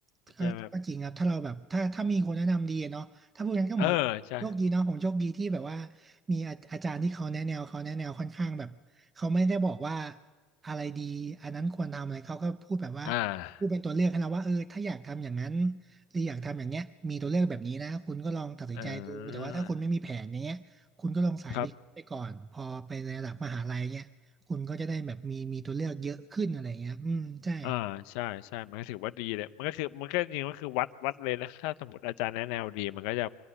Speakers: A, on the right; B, on the left.
A: ก็ก็จริงครับถ้าเราแบบถ้าถ้ามีคนแนะนำดีเนาะถ้าพูดงั้นก็เหมือนโชคดีเนาะผมโชคดีที่แบบว่า
B: ใช่ไหมเออใช่
A: มีอาอาจารย์ที่เขาแนะแนวเขาแนะแนวค่อนข้างแบบเขาไม่ได้บอกว่าอะไรดีอันนั้นควรทำอะไรเขาก็พูดแบบว่า
B: อ่า
A: พูดเป็นตัวเลือกให้เราว่าเออถ้าอยากทำอย่างนั้นหรืออยากทำอย่างเงี้ยมีตัวเลือกแบบนี้นะคุณก็ลองตัดสินใจดูแต่ว่าถ้าคุณไม่มีแผนอย่างเงี้ยคุณก็ลองสายวิทย์ไปก่อนพอไประดับมหาลัยเงี้ยคุณก็จะได้แบบมีมีตัวเลือกเยอะขึ้นอะไรเงี้ยอืมใช่
B: เออครับ อ่าใช่ใช่มันก็ถือว่าดีเลยมันก็คือมันก็จริงๆก็คือวัดวัดเลยนะถ้าสมมติอาจารย์แนะแนวดีมันก็จะ